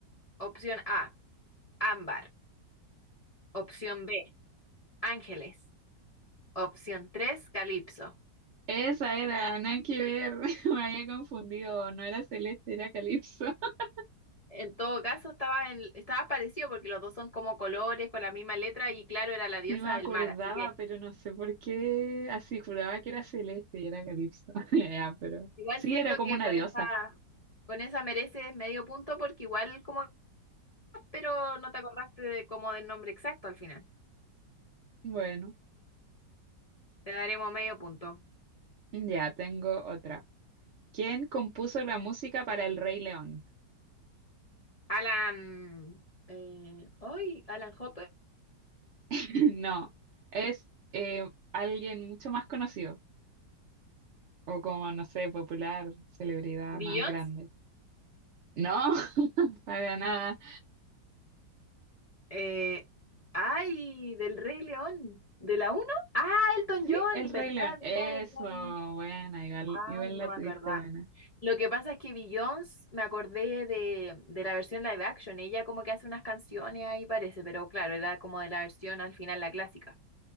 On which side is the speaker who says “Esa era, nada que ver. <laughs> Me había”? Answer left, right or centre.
Right